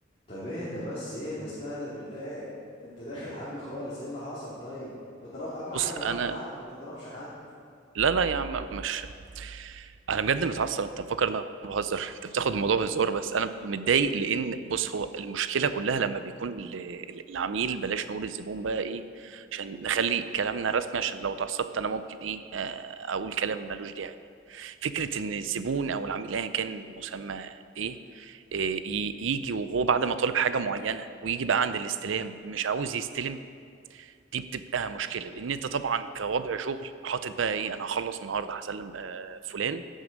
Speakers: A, on the left; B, on the right.
A: طب اهدى بس اهدى استهدى بالله انت داخل حامي خالص ايه اللي حصل طيب بضرب اهم حاجه
B: بص
A: ضربت
B: انا
A: حد ما تضربش حد
B: لا لا يا عم مش انا بجد متعصب انت مفكر ان انا بهزر انت بتاخد الموضوع بهزار بس انا متضايق لان بص هو المشكله كلها لما بيكون ال- ال- العميل بلاش نقول الزبون بقى ايه عشان نخلي كلامنا رسمي عشان لو اتعصبت انا ممكن ايه آه، اقول كلام ملوش داعي يعني. فكره ان الزبون او العميل ايا كان مسمى ايه آه، ي- يجي وهو بعد ما طالب حاجه معينه ويجي بقى عند الاستلام مش عاوز يستلم دي بتبقى مشكله لان انت طبعا كوضع شغل حاطط بقى ايه انا هخلص النهارده هسلم آه، فلان